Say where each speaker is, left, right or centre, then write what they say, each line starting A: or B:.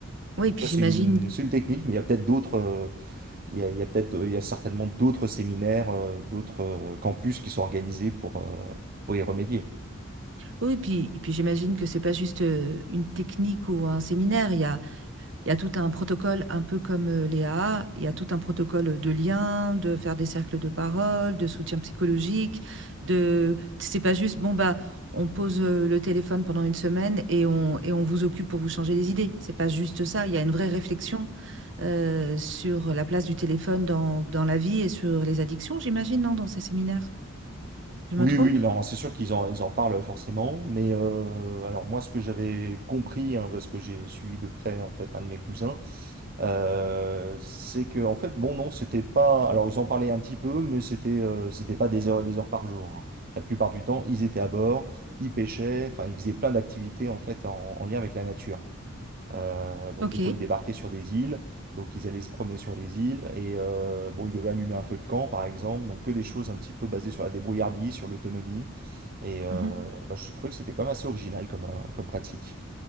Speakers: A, on the right; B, on the right.
A: Oui,
B: Donc
A: et puis
B: ça, c'est
A: j'imagine.
B: une, c'est une technique, mais il y a peut-être d'autres, euh, il y a, il y a peut-être, il y a certainement d'autres séminaires, euh, d'autres euh, campus qui sont organisés pour, euh, pour y remédier.
A: Oui, et puis, et puis j'imagine que c'est pas juste euh, une technique ou un séminaire. Il y a, Il y a tout un protocole, un peu comme euh, les il y a tout un protocole de lien, de faire des cercles de parole, de soutien psychologique, de... C'est pas juste, bon, bah, on pose euh, le téléphone pendant une semaine et on, et on vous occupe pour vous changer les idées. C'est pas juste ça, il y a une vraie réflexion euh, sur la place du téléphone dans, dans la vie et sur les addictions, j'imagine, non, dans ces séminaires. Je me
B: Oui,
A: trompe?
B: oui, non, c'est sûr qu'ils en, ils en parlent forcément, mais euh, alors moi, ce que j'avais compris, hein, parce que j'ai suivi de près en fait un de mes cousins, euh, c'est que en fait, bon, non, c'était pas. Alors, ils en parlaient un petit peu, mais c'était, euh, c'était pas des heures et des heures par jour. hein. La plupart du temps, ils étaient à bord, ils pêchaient, enfin, ils faisaient plein d'activités en fait en, en lien avec la nature. Euh, donc
A: Ok.
B: des fois ils débarquaient sur des îles, donc ils allaient se promener sur les îles et euh, bon ils devaient allumer un feu de camp par exemple, donc que des choses un petit peu basées sur la débrouillardise, sur l'autonomie et euh,
A: Mhm.
B: bah, je trouvais que c'était quand même assez original comme, euh, comme pratique.